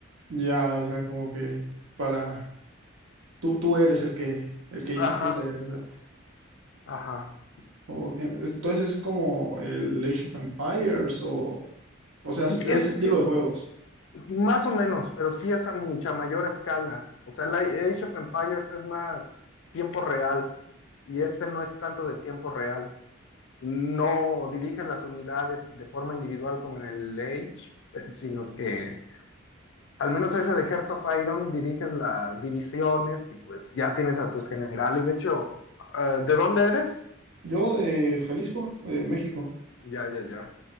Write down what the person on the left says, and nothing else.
Ajá,
ajá.
Sí,
es
que
Más o menos, pero sí es a mucha mayor escala. O sea, el Age of Empires es más tiempo real y este no es tanto de tiempo real. No dirige las unidades de forma individual como en el Age, eh, sino que al menos ese de Hearts of Iron diriges las divisiones y pues ya tienes a tus generales. De hecho, eh, ¿de dónde eres?
Ya, ya, ya.